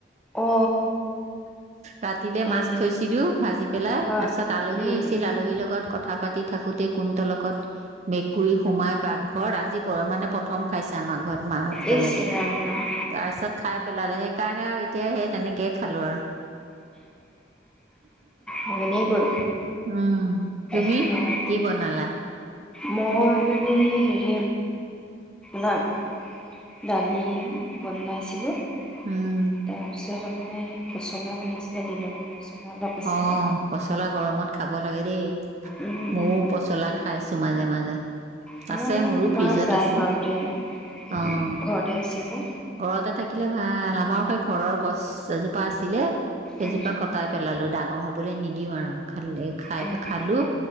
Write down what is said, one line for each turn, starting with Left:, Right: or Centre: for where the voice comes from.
Centre: অ
Right: ৰাতিলে
Centre: সেয়ে
Right: মাছ থৈছিলো ভাজি পেলাই
Centre: হয়
Right: তাৰ পিছত আলহী
Centre: উম
Right: আহিছিল
Centre: উম
Right: আলহীৰ লগত ক কথা পাতি থাকোঁতেই কোনটো লগত মেকুৰী সোমাই পাকঘৰত আজি মানে প্ৰথম খাইছে আমাৰ ঘৰত মাহ
Centre: ইছ
Right: তেনেকে।
Centre: ৰাম ৰাম
Right: তাৰপিছত খাই পেলালে সেইকাৰণে আৰু এতিয়া সেই তেনেকে খালোঁ আৰু।
Centre: উম এনেই গ'ল
Right: উম, তুমি
Centre: হয়,
Right: কি বনালা?
Centre: মই মানে হেৰি নহ, দালি বনাইছিলোঁ। তাৰপিছত
Right: উম
Centre: আপোনেই পচলা বনাইছিলে দিনত। অলপ আছিলে
Right: অ', পচলা গৰমত খাব লাগে দেই,
Centre: উম,
Right: ময়ো
Centre: উম,
Right: পচলা খাইছো মাজে মাজে।
Centre: <unintelligible>
Right: আছে মোৰো
Centre: খোৱা
Right: ফ্ৰিজত
Centre: যায়
Right: আছে
Centre: বাৰু দেই
Right: অ
Centre: ঘৰতে আছে। যে
Right: ঘৰতে থাকিলে ভাল। <unintelligible> ঘৰৰ গছ এজোপা আছিলে। এইজোপা
Centre: উম,
Right: কটাই পেলালো ডাঙৰ হ'ব। বলি নিদিওঁ আৰু। খালে খাই
Centre: অঁ
Right: খালোঁ
Centre: উম,